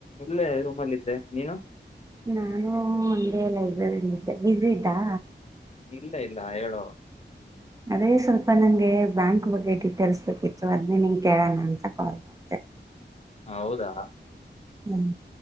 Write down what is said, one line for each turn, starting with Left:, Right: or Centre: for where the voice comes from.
Left: ಇಲ್ಲೇ ರೂಮಲ್ಲಿದ್ದೆ ನೀನು?
Right: ನಾನು ಒಂದೇ ಲೈಬ್ರರಿಲ್ಲಿದ್ದ ಬಿಸಿ ಇದ್ದಾ?
Left: ಇಲ್ಲ ಇಲ್ಲ ಹೇಳು
Right: ಅದೇ ಸ್ವಲ್ಪ ನಂಗೆ ಬ್ಯಾಂಕ್ ಬಗ್ಗೆ ಡೀಟೇಲ್ಸ್ ಬೇಕಿತ್ತು ಅದನ್ನೇ ನಿಂಗ್ ಕೇಳೋಣ ಅಂತ ಕಾಲ್ ಮಾಡ್ದೇ.
Left: ಹ ಹೌದಾ
Right: ಹ್ಮ್